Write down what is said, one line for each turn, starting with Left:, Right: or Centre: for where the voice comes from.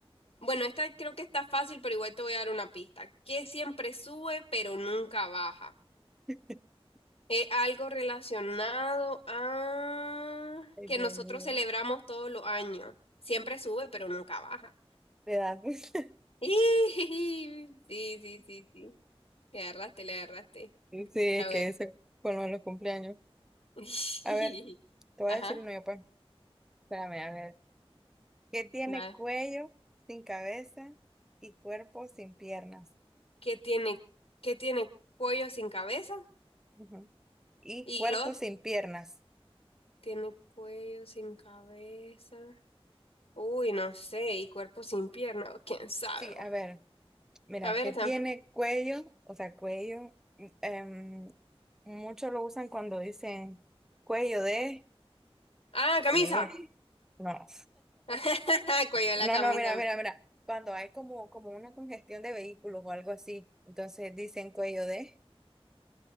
Left: bueno, esta creo que está fácil, pero igual te voy a dar una pista. Que siempre sube, pero nunca baja.
Centre: <laughs>
Left: Es algo relacionado a
Centre: Ay,
Left: que
Centre: Dios
Left: nosotros
Centre: mío.
Left: celebramos todos los años. Siempre sube, pero nunca baja.
Centre: De edad. <laughs>
Left: <laughs> Sí, sí, sí, sí. Le agarraste, le agarraste.
Centre: Sí, es
Left: Está bueno.
Centre: que eso con lo de los cumpleaños.
Left: <laughs>
Centre: A ver, te voy
Left: Ajá,
Centre: a decir uno yo, pues. Espérame, a ver. Que tiene
Left: nada.
Centre: cuello sin cabeza y cuerpo sin piernas.
Left: ¿Qué tiene, qué tiene cuello sin cabeza?
Centre: Ujú. Y cuerpo
Left: Y glot
Centre: sin piernas.
Left: tiene cuello sin cabeza. Uy, no sé. Y cuerpo sin pierna. o ¿Quién sabe?
Centre: Sí,
Left: vos?
Centre: a ver, mira,
Left: A ver,
Centre: que tiene
Left: tam-
Centre: cuello, o sea, cuello, mm, em, muchos lo usan cuando dicen cuello de.
Left: Ah, camisa.
Centre: Eh, no.
Left: <laughs> Cuello de
Centre: No,
Left: la camisa.
Centre: no, mira, mira, mira. Cuando hay como, como una congestión de vehículos o algo así, entonces dicen cuello de.